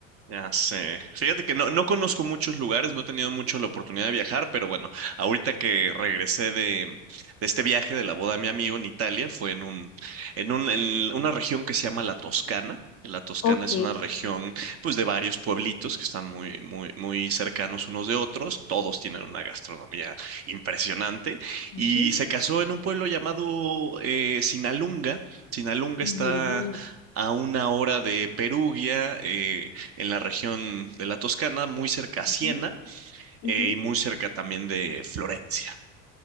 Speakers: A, on the right; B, on the left.
A: Ya sé. Fíjate que no, no conozco muchos lugares, no he tenido mucho la oportunidad de viajar, pero bueno, ahorita que regresé de, de este viaje de la boda de mi amigo en Italia, fue en un, en un, en una región que se llama la Toscana. La Toscana
B: Ok.
A: es una región, pues, de varios pueblitos que están muy, muy, muy cercanos unos de otros. Todos tienen una gastronomía impresionante. Y
B: Ujú,
A: se casó en un pueblo llamado eh, Sinalunga. Sinalunga
B: En
A: está
B: el mundo.
A: a una hora de Perugia. eh, en la región de la Toscana, muy cerca a Siena
B: Ujú.
A: eh,
B: ujú.
A: y muy cerca también de Florencia.